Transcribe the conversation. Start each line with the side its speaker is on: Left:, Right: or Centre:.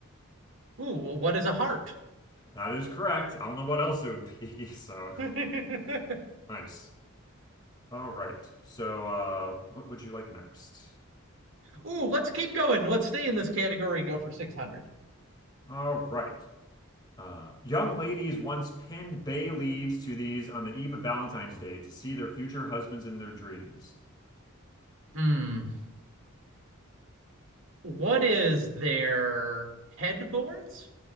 Right: Ooh, what is a heart?
Left: That is correct. I don't know what else it would be. <laughs> So
Right: <laughs> Ooh,
Left: nice. All right. So, uh, what would you like next?
Right: let's keep going. Let's stay in this category and go for 600.
Left: All right. Uh, young ladies once pinned bay leaves to these on the eve of Valentine's Day to see their future husbands in their dreams.
Right: Hmm. What is their headboards?